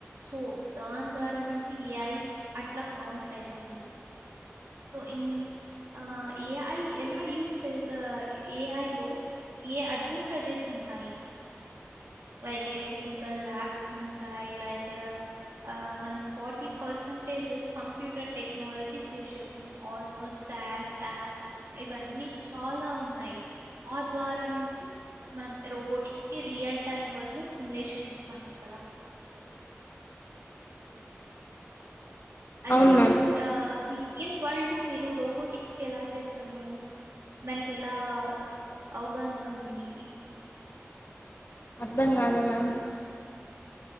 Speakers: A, on the right; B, on the left.
A: సొ దాన్ ద్వారా ని చి ఏఐ అట్ల ప్రోంప్టైతాంది. తొ ఇన్న్ ఆ ఏఐ ఎలా యూజ్ చేతా ఏఐ లో ఏ అడ్వాంటేజెసున్నాయ్. లైకే ఫిజికల్ ల్యాబ్సునుంటాయ్ లైక్ ఆ మనం fatty percentage computer technologies use చేస్తాం ఆల్మోస్ట్. స్యాడ్స్ యాప్ ఇవన్నీ చాలా ఉన్నాయ్. ఆప్ ద్వారా నించి మనం రొబోటిక్స్కి రియల్ టైమ్ వడ్లొ సిమ్లేషనిస్తాన్నాం కద. అది
B: అవును
A: మీరూ
B: మ్యామ్
A: ఆ మి రియల్ వల్డు మిరూ రోబోటిక్సెలా చేస్తన్నారు. దాన్కెలా అవ్గానా ఉంది మీకి.
B: అర్దం గాలా మ్యామ్